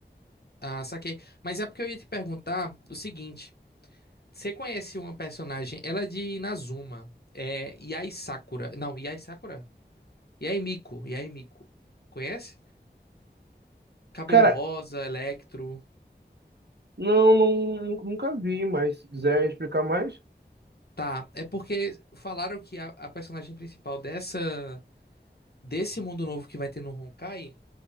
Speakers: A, on the left; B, on the right.
A: Ah, saquei. Mas é porque eu ia te perguntar o seguinte: você conhece uma personagem? Ela é de Inazuma. É Yai Sakura. Não, Yai Sakura? Yai Miko. Yai Miko. Conhece? Cabelo
B: Cara,
A: Rosa, Electro.
B: não, não, nu- nunca vi, mas se quiser explicar mais.
A: Tá, é porque falaram que a, a personagem principal dessa desse mundo novo que vai ter no Honkai